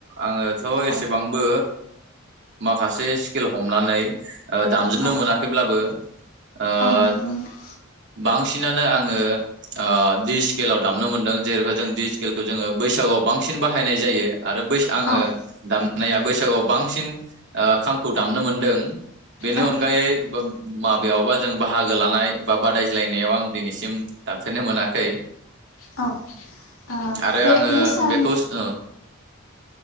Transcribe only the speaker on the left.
औ
औ
औ नंगौ नोंथां।
औ
औ
औ ओ
बे
बैसाग